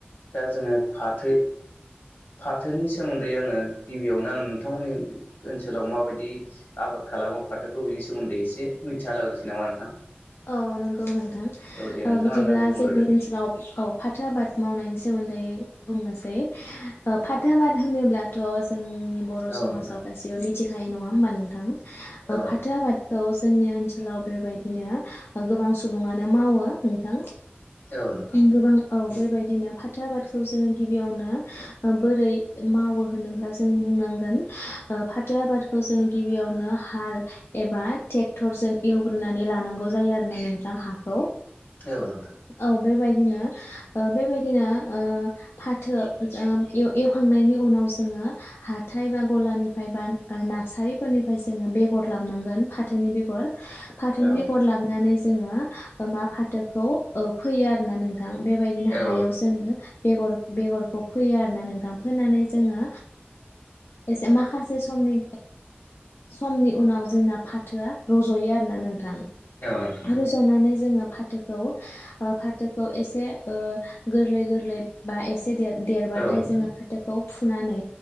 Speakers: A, on the left; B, on the left.
A: दा जोङो फाथो फाथोनि सोमोन्दै आङो गिबियावनो आं नोंथांमोननि ओनसोलाव माबायदि आबाद खालामो फाथोखौ बिनि सोमोन्दै एसे मिथिना लागोसै नामा नोंथां
B: औ नंगौ नं
A: औ दे नोंथाङानो
B: बिदिब्ला
A: बुंग्रोदो
B: जोंनि ओनसोलाव औ फाथो आबाद मावनायनि सोमोन्दै बुंनोसै फाथो आबाद होनोब्लाथ' जों बर'
A: औ
B: समाजाव
A: नोंथां
B: गासिबो मिथि खायो नङा होमबा नोंथां
A: औ नोंथां
B: फाथो आबादखौ जोंनि ओनसोलाव बेबायदिनो गोबां सुबुङानो मावो नोंथां
A: औ नोंथां
B: गोबां औ बेबायदिनो फाथो आबादखौ जोङो गिबियावनो बोरै मावो होनोब्ला जों बुंनांगोन फाथो आबादखौ जोंङो गिबियावनो हाल एबा ट्रेक्टर जों एवग्रोनानै लानांगोन नांगौ जायो आरो ना नोंथां हाखौ
A: औ नोंथां
B: औ बेबायदिनो बेबायदिनो फाथो एवखांनायनि उनाव जोङो हाथाय बा गलानिफ्राय बा नारसारिफोरनिफ्राय जोङो बेगर लाबोनां गोन फाथोनि बेगर फाथोनि
A: औ
B: बे र लाबनानै जोङो मा फाथोखौ फैयो आरो अनानै नोंथां बेबायदिनो
A: औ
B: हायाव जोङो बेगर बेगरखौ फोयो आरोना नोंथां फोनानै जोङो एसे माखासे समनि समनि उनाव जोंना फाथोआ रज'यो आरोना नोंथां
A: नोंथां
B: रज'नानै जोङो फाथोखौ फाथो खौ एसे ओ गोरलै गोरलै बा एसे गेदेर देरबाथाय
A: औ नोंथां
B: जोङो फाथोखौ फुनानै